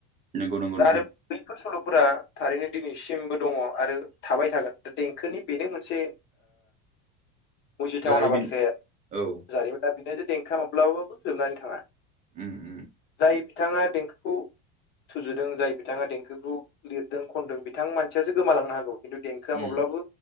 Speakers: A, on the right (about 20°); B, on the left (about 35°).
A: नोंगौ नोंगौ
B: दा
A: नोंथां।
B: आरो बैफोर सल'फोरा थारैनो दिनैसिमबो दङ आरो थाबाय थागोन दा खोनि बेनो मोनसे ओ जिथावना
A: जारिमिन
B: बाथ्राया
A: औ
B: जारिमिन दा बिथांनि देंखोआ माब्लाबाबो जोबनानै थाङा।
A: उम उम
B: जाय बिथाङा देंखोखौ सुजुदों जाय बिथाङा देंखोखौ लिरदों खनदों बिथां मानसियासो गोमालांनो हागौ। खिन्थु देंखोआ
A: उम
B: माब्लाबो